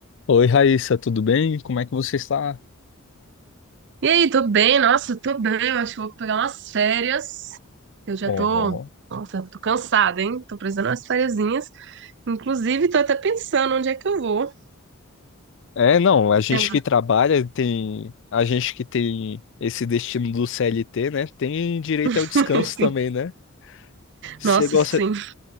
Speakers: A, on the left; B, on the right.
A: Oi, Raíssa, tudo bem? Como é que você está?
B: E aí, tô bem, nossa, tô bem, eu acho que vou pegar umas férias. Eu já
A: Uhum.
B: tô, nossa, tô cansada, hein? Tô precisando de umas fériasinhas. Inclusive, tô até pensando onde é que eu vou.
A: É, não, a gente
B: Tem algum-
A: que trabalha tem, a gente que tem esse destino do CLT, né? Tem direito ao
B: <laughs>
A: descanso
B: assim,
A: também, né? Você
B: Nossa,
A: gosta,
B: sim.